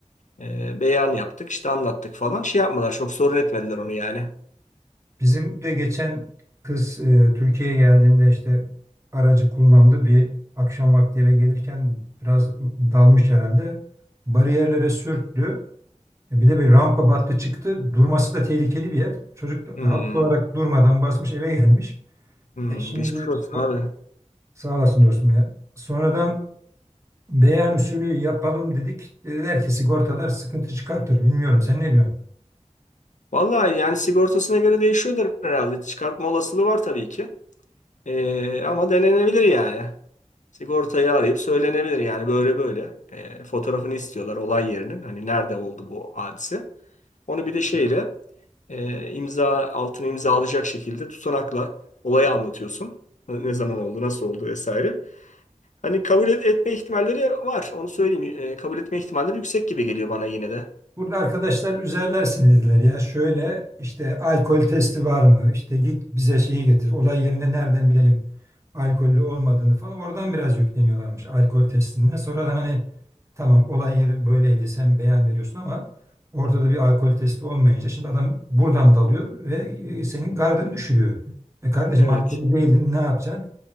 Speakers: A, on the left (about 75°); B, on the right (about 25°).
A: Ee, beyan yaptık, işte anlattık falan. Şey yapmadılar, çok sorun etmediler onu yani.
B: Bizim de geçen kız e, Türkiye'ye geldiğinde işte aracı kullandı. Bir akşam vakti eve gelirken biraz dalmış herhalde. Bariyerlere sürttü. E, Bir de bir rampa battı çıktı. Durması da tehlikeli bir yer. Çocuk da
A: Hmm,
B: haklı olarak durmadan basmış eve gelmiş.
A: hmm,
B: E şimdi
A: geçmiş olsun
B: son-
A: abi.
B: sağ olasın dostum ya. Sonradan beyan usulü yapalım dedik. Dediler ki sigortalar sıkıntı çıkartır. Bilmiyorum sen ne diyorsun?
A: Vallahi yani sigortasına göre değişiyordur herhalde. Çıkartma olasılığı var tabii ki. Ee, ama denenebilir yani. Sigortayı arayıp söylenebilir yani böyle böyle. Ee, fotoğrafını istiyorlar olay yerinin. Hani nerede oldu bu hadise. Onu bir de şeyle e, imza altını imzalayacak şekilde tutanakla olayı anlatıyorsun. Ne zaman oldu, nasıl oldu vesaire. Hani kabul et- etme ihtimalleri var. Onu söyleyeyim. Ee, kabul etme ihtimalleri yüksek gibi geliyor bana yine de.
B: Burada arkadaşlar üzerler seni dediler ya şöyle işte alkol testi var mı? İşte git bize şeyi getir. Olay yerinde nereden bilelim alkollü olmadığını falan. Oradan biraz yükleniyorlarmış alkol testinden. Sonradan hani tamam olay yeri böyleydi sen beyan veriyorsun ama ortada bir alkol testi olmayınca şimdi adam buradan dalıyor ve e, senin gardını düşürüyor. E kardeşim
A: Evet.
B: alkollü değildim ne yapacaksın?